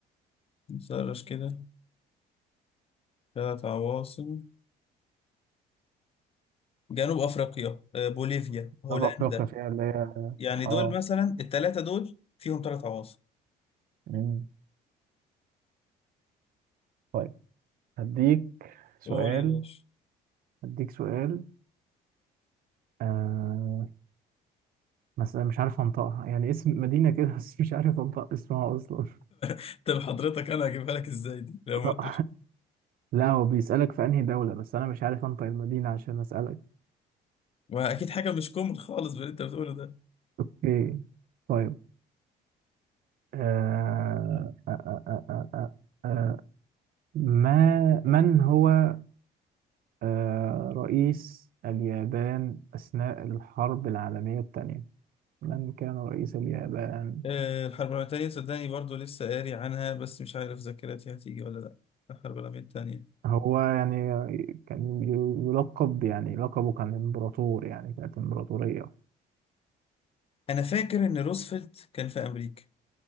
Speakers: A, on the left; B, on the right.
A: نسرش كده ثلاث عواصم جنوب أفريقيا آه، بوليفيا هولندا
B: جنوب أفريقيا فيها اللي هي
A: يعني
B: آه
A: دول مثلا الثلاثة دول فيهم ثلاث عواصم
B: مم. طيب هديك سؤال
A: قول يا باشا
B: هديك سؤال آه مثلا مش عارف أنطقها يعني اسم مدينة كده بس مش عارف أنطق اسمها أصلا
A: <laughs> طب حضرتك انا هجيبها لك ازاي دي لو
B: <laughs>
A: ما انت
B: لا هو بيسألك في أنهي دولة بس أنا مش عارف أنطق المدينة عشان أسألك
A: ما اكيد حاجه مش كومن خالص باللي انت بتقوله ده
B: أوكي طيب آه... آه... آه... آه... آه... آه... آه، ما من هو آه... رئيس اليابان أثناء الحرب العالمية الثانية من كان رئيس اليابان
A: آه، الحرب العالميه التانيه صدقني برضو لسه قاري عنها بس مش عارف ذاكرتي هتيجي ولا لا الحرب العالميه التانيه
B: هو يعني كان يلقب يعني لقبه كان إمبراطور يعني كانت إمبراطورية
A: انا فاكر ان روزفلت كان في امريكا